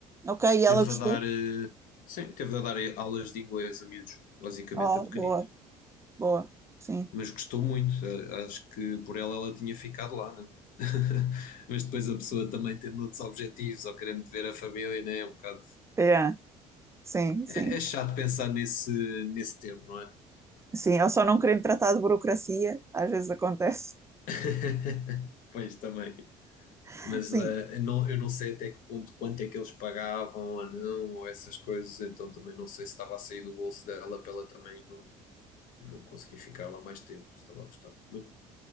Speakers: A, on the right (about 15°); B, on the left (about 55°).
A: Ok, e
B: Teve
A: ela gostou?
B: a dar, eh, sim, teve a dar aulas de inglês a miúdos, basicamente
A: Oh,
B: a pequeninos.
A: boa. Boa, sim.
B: Mas gostou muito. A- Acho que por ela ela tinha ficado lá, né? <laughs> Mas depois a pessoa também tendo outros objetivos ou querendo ver a família, né? É um bocado.
A: É, sim, sim.
B: É, é chato pensar nesse, nesse termo, não é?
A: Sim, eu só não querendo tratar de burocracia, às vezes acontece.
B: <laughs> Pois também.
A: <laughs>
B: mas
A: Sim,
B: eh, eu não, eu não sei até que ponto quanto é que eles pagavam ou não, ou essas coisas, então também não sei se estava a sair do bolso dela para ela também não, não conseguir ficar lá mais tempo, se estava a gostar. Mas-